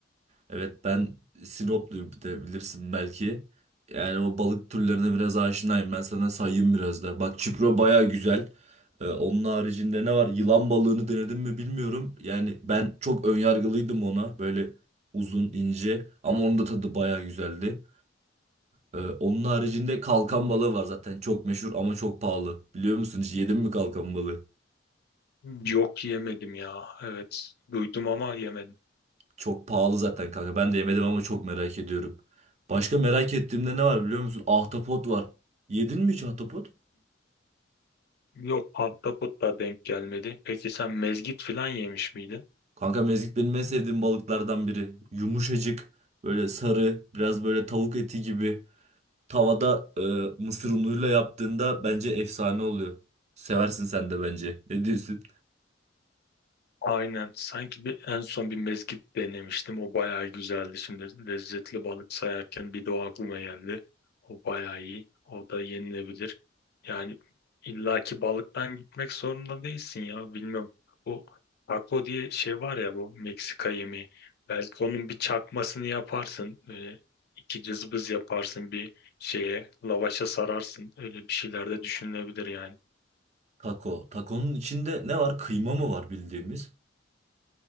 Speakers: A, on the right; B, on the left.
A: Evet ben Sinopluyum bir de bilirsin belki. Yani o balık türlerine biraz aşinayım. Ben sana sayayım biraz da. Bak çipuro bayağı güzel. Ee, onun haricinde ne var? Yılan balığını denedim mi bilmiyorum. Yani ben çok önyargılıydım ona. Böyle uzun, ince ama onun da tadı bayağı güzeldi. Ee, onun haricinde kalkan balığı var zaten. Çok meşhur ama çok pahalı. Biliyor musun hiç yedin mi kalkan balığı?
B: Yok yemedim ya. Evet. Duydum ama yemedim.
A: Çok pahalı zaten kanka. Ben de yemedim ama çok merak ediyorum. Başka merak ettiğimde ne var biliyor musun? Ahtapot var. Yedin mi hiç ahtapot?
B: Yok ahtapot da denk gelmedi. Peki sen mezgit falan yemiş miydin?
A: Kanka mezgit benim en sevdiğim balıklardan biri. Yumuşacık, böyle sarı, biraz böyle tavuk eti gibi. Tavada e, mısır unuyla yaptığında bence efsane oluyor. Seversin sen de bence. Ne diyorsun?
B: Aynen. Sanki bir en son bir mezgit denemiştim. O bayağı güzeldi. Şimdi lezzetli balık sayarken bir de o aklıma geldi. O bayağı iyi. O da yenilebilir. Yani illaki balıktan gitmek zorunda değilsin ya. Bilmem. Bu taco diye şey var ya bu Meksika yemeği. Belki onun bir çakmasını yaparsın. Böyle iki cızbız yaparsın bir şeye lavaşa sararsın. Öyle bir şeyler de düşünülebilir yani.
A: Taco. Taco'nun içinde ne var? Kıyma mı var bildiğimiz?